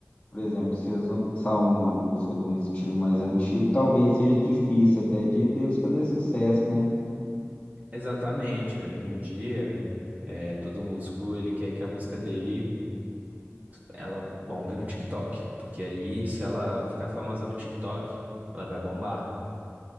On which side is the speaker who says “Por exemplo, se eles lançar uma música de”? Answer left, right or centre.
Left